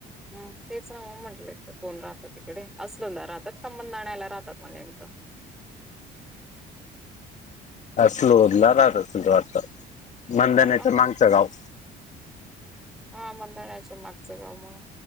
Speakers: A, in the centre; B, on the left.
A: हम तेच ना म्हटलं कोण राहत तिकडे असलला राहतात खबंध आणयला राहतात मग नेमकं
B: असलोला रात असल तो वाता मधनेच
A: हो का
B: मागसं गाव
A: हा मंदण्याच्या मागचं गाव मग